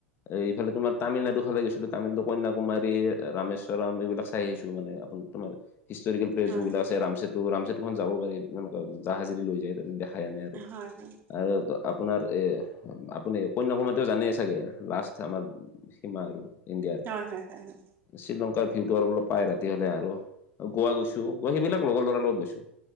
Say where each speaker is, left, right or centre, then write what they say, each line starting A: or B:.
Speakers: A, on the left; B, on the right.
A: এ এইফালে তোমাৰ তামিলনাডু ফালে গৈছিলো তামিলনাডু কন্যাকুমাৰী, ৰামেশ্বৰাম এইবিলাক চাই আহিছো মানে। তোমাৰ হিষ্টৰিকেল প্লেছ
B: হয়,
A: যোনবিলাক আছে ৰামচেতো ৰামচেতুখন যাব পাৰি জাহাজী লৈ যায় তাতে দেখাই আনে আৰ।
B: হয় হয়।
A: আৰু আপোনাৰ এ আপুনি কন্যকুমাৰিটো জানেই চাগে লাষ্ট আমাৰ সীমা আৰু ইণ্ডিয়াত
B: হয় হয় হয় হয়
A: শ্ৰীলংকাৰ ভিউটো আৰু অলপ পায় ৰাতি হলে আৰু গোৱা গৈছো অ সেইবিলাক লগৰ ল'ৰাৰ লগত গৈছো